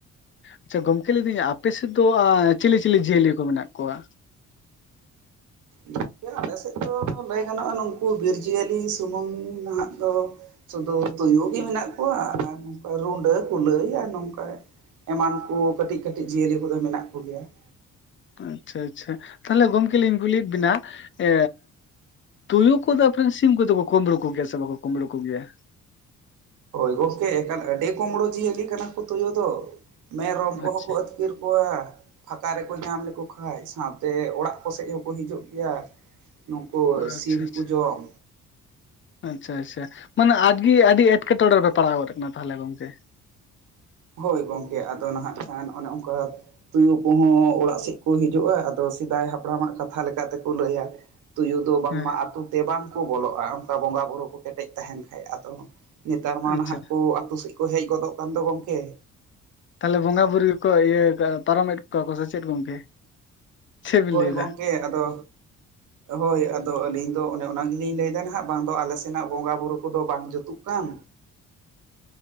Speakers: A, on the left; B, on the right.
A: ᱟᱪᱪᱷᱟ ᱜᱚᱢᱠᱮ ᱞᱤᱫᱟᱹᱧ ᱟᱯᱮᱥᱮᱫ ᱫᱚ ᱟ ᱪᱤᱞᱤ ᱪᱤᱞᱤ ᱡᱤᱭᱟᱹᱞᱤ ᱠᱚ ᱢᱮᱱᱟᱜ ᱠᱚᱣᱟ?
B: ᱜᱚᱝᱠᱮ ᱟᱞᱮ ᱥᱮᱫ ᱫᱚ ᱞᱟᱹᱭ ᱜᱟᱱᱚᱜᱼᱟ ᱱᱩᱠᱩ ᱵᱤᱨ ᱡᱤᱭᱟᱹᱞᱤ ᱥᱩᱢᱩᱝ ᱱᱟᱦᱟᱜ ᱫᱚ ᱥᱩᱫᱩ ᱛᱩᱭᱩ ᱜᱮ ᱢᱮᱱᱟᱜ ᱠᱚᱣᱟ ᱟᱨ ᱱᱚᱝᱠᱟ ᱨᱩᱰᱟᱹ ᱠᱩᱞᱟᱹᱭ ᱟᱨ ᱱᱚᱝᱠᱟ ᱮᱢᱟᱱ ᱠᱚ ᱠᱟᱹᱴᱤᱡ ᱠᱟᱹᱴᱤᱡ ᱡᱤᱭᱟᱹᱞᱤ ᱠᱚᱫᱚ ᱢᱮᱱᱟᱜ ᱠᱚᱜᱮᱭᱟ ᱾
A: ᱟᱪᱪᱷᱟ ᱟᱪᱪᱷᱟ ᱛᱟᱞᱦᱮ ᱜᱚᱢᱠᱮ ᱞᱤᱧ ᱠᱩᱞᱤᱭᱮᱫ ᱵᱮᱱᱟ ᱮᱻ ᱛᱩᱭᱩ ᱠᱚᱫᱚ ᱟᱯᱮ ᱨᱮᱱ ᱥᱤᱢ ᱠᱚᱫᱚ ᱠᱚ ᱠᱩᱢᱵᱽᱲᱩ ᱠᱚ ᱜᱮᱭᱟ ᱥᱮ ᱵᱟᱠᱚ ᱠᱩᱢᱵᱽᱲᱩ ᱠᱚ ᱜᱮᱭᱟ
B: ᱦᱳᱭ ᱜᱚᱝᱠᱮ ᱮᱠᱟᱞ ᱟᱹᱰᱤ ᱠᱚᱢᱲᱳ ᱡᱤᱭᱟᱹᱞᱤ ᱠᱟᱱᱟ ᱠᱚ ᱛᱳᱭᱳ ᱫᱚ ᱢᱮᱨᱚᱢ ᱠᱚᱦᱚᱸ
A: ᱟᱪᱪᱷᱟ
B: ᱠᱚ ᱟᱹᱛᱠᱤᱨ ᱠᱚᱣᱟ ᱯᱷᱟᱸᱠᱟ ᱨᱮᱠᱚ ᱧᱟᱢ ᱞᱮᱠᱚ ᱠᱷᱟᱡ ᱥᱟᱶᱛᱮ ᱚᱲᱟᱜ ᱠᱚᱥᱮᱫ ᱦᱚᱸᱠᱚ ᱦᱤᱡᱩᱜ ᱜᱮᱭᱟ᱾ ᱱᱩᱠᱩ
A: ᱟᱪᱪᱷᱟ
B: ᱥᱤᱢ
A: ᱟᱪᱪᱷᱟ
B: ᱠᱚ ᱡᱚᱢ᱾
A: ᱟᱪᱪᱷᱟ ᱟᱪᱪᱷᱟ ᱢᱟᱱᱮ ᱟᱜᱮ ᱟᱹᱰᱤ ᱮᱴᱠᱮᱴᱚᱲᱮ ᱨᱮᱯᱮ ᱯᱟᱲᱟᱣ ᱜᱚᱫ ᱠᱟᱱᱟ ᱛᱟᱦᱚᱞᱮ ᱜᱚᱝᱠᱮ᱾
B: ᱦᱳᱭ ᱜᱚᱝᱠᱮ ᱟᱫᱚ ᱱᱟᱦᱟᱜ ᱠᱷᱟᱱ ᱚᱱᱮ ᱚᱱᱠᱟ ᱛᱩᱭᱩ ᱠᱚᱦᱚᱸ ᱚᱲᱟᱜ ᱥᱮᱫ ᱠᱚ ᱦᱤᱡᱩᱜᱼᱟ ᱟᱫᱚ ᱥᱮᱫᱟᱭ ᱦᱟᱯᱲᱟᱢᱟᱜ ᱠᱟᱛᱷᱟ ᱞᱮᱠᱟᱛᱮᱠᱚ ᱞᱟᱹᱭᱟ ᱛᱩᱭᱩ ᱫᱚ ᱵᱟᱝᱢᱟ
A: ᱦᱮᱸ
B: ᱟᱹᱛᱩ ᱛᱮ ᱵᱟᱝᱠᱚ ᱵᱚᱞᱚᱜᱼᱟ ᱚᱱᱠᱟ ᱵᱚᱸᱜᱟᱼᱵᱩᱨᱩ ᱠᱚ ᱠᱮᱴᱮᱡ ᱛᱟᱦᱮᱱ ᱠᱷᱟᱡ ᱟᱫᱚ ᱱᱮᱛᱟᱨ ᱢᱟ
A: ᱟᱪᱪᱷᱟ
B: ᱱᱟᱦᱟᱜ ᱠᱚ ᱟᱛᱳ ᱥᱮᱫ ᱠᱚ ᱦᱮᱡ ᱜᱚᱫᱚᱜ ᱠᱟᱱ ᱫᱚ ᱜᱚᱝᱠᱮ᱾
A: ᱛᱟᱞᱦᱮ ᱵᱚᱸᱜᱟ ᱵᱩᱨᱩ ᱜᱮᱠᱚ ᱤᱭᱟᱹ ᱯᱟᱨᱚᱢᱮᱫ ᱠᱚᱣᱟ ᱠᱚ ᱥᱮ ᱪᱮᱫ ᱜᱚᱝᱠᱮ᱾ ᱪᱮᱫ ᱵᱤᱱ
B: ᱦᱳᱭ
A: ᱞᱟᱹᱭ ᱮᱫᱟ
B: ᱜᱚᱝᱠᱮ ᱟᱫᱚ ᱦᱳᱭ ᱟᱫᱚ ᱟᱹᱞᱤᱧ ᱫᱚ ᱚᱱᱮ ᱚᱱᱟ ᱜᱮᱞᱤᱧ ᱞᱟᱹᱭᱮᱫᱟ ᱱᱟᱦᱟᱜ ᱵᱟᱝ ᱫᱚ ᱟᱞᱮ ᱥᱮᱱᱟᱜ ᱵᱚᱸᱜᱟ ᱵᱩᱨᱩ ᱠᱚᱫᱚ ᱵᱟᱝ ᱡᱩᱛᱩᱜ ᱠᱟᱱ᱾